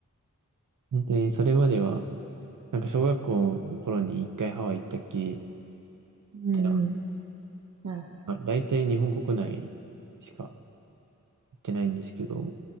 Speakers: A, on the right; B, on the right.
A: 本当にそれまでは、なんか小学校の頃に一回ハワイ行ったっきり
B: うんうん。
A: で、な
B: なるほど。
A: んか大体日本国内しか行ってないんですけど、